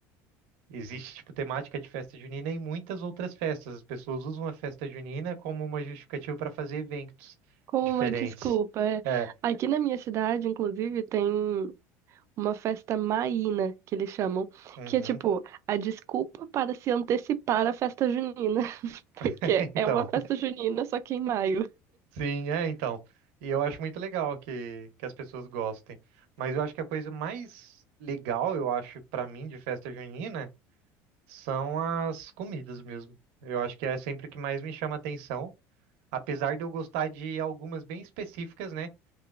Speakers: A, on the right (about 85°); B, on the right (about 45°).
A: Existe, tipo, temática de festa junina em muitas outras festas. As pessoas usam a festa junina como uma justificativa para fazer eventos
B: Como
A: diferentes.
B: uma desculpa. é.
A: É,
B: Aqui na minha cidade, inclusive, tem uma festa maína, que eles chamam,
A: uhum.
B: que é tipo a desculpa para se antecipar à festa junina. <laughs> Porque
A: <laughs> Então,
B: é uma festa junina, só que em maio.
A: sim, é, então. E eu acho muito legal que, que as pessoas gostem. Mas eu acho que a coisa mais legal, eu acho, para mim, de festa junina, são as comidas mesmo. Eu acho que é sempre o que mais me chama atenção, apesar de eu gostar de algumas bem específicas, né?